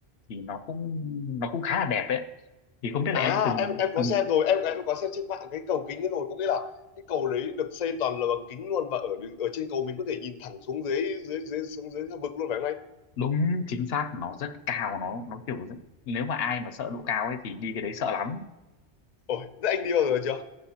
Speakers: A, on the left (about 75°); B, on the left (about 50°).
A: thì nó cũng nó cũng khá là đẹp đấy thì không biết
B: À
A: là em đã từng
B: em em có
A: từng
B: xem rồi, em em có xem trên mạng cái cầu kính ấy rồi, có nghĩa là cái cầu đấy được xây toàn là bằng kính luôn và ở đ- ở trên cầu mình có thể nhìn thẳng xuống dưới dưới dưới xuống dưới vực luôn phải không anh?
A: đúng chính xác nó rất cao nó nó kiểu rất- nếu mà ai mà sợ độ cao ấy thì đi cái đấy sợ lắm
B: Ôi, thế anh đi bao giờ chưa?